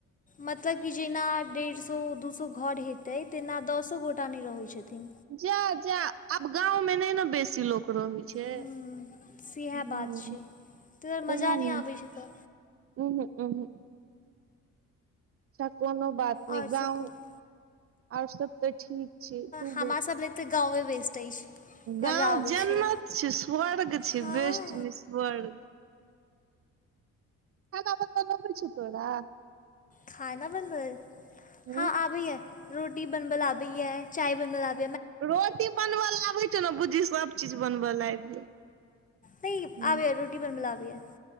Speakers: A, on the left; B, on the right.
A: मतलब कि जेना डेढ़ सौ दू सौ घर हेतै तेना दसो गोटा नहि रहै छथिन
B: जा जा अब गाँव मे नहि ने बेसी लोक ओकरो होइ छै
A: हूँ सएह
B: हूंम्म
A: बात छै ताहि दुआरे
B: वैहै
A: मजा नहि
B: ने
A: आबै छै तऽ
B: उंहूं उंहूं अच्छा कोनो बात नहि
A: आओर
B: गाँव
A: सब कहू
B: आओर सब तऽ ठीक छै तू
A: हमरा सब लै तऽ गाँवे वेस्ट अछि मजा
B: गाँंव
A: अबै
B: जन्नत
A: छै
B: छै स्वर्ग छै
A: हँ
B: बेस्ट नै स्वर्ग खाना बनबल अबै छौ तोरा
A: खाना बनबल
B: हूँ
A: हँ आबैयै रोटी बनबल आबैैये चाय बनबल आबै
B: रोटी बनबल आबै छौ न बुजही सभचीज बनबल आबि गेल
A: हय
B: हूँ
A: आबैये रोटी बनबल आबैये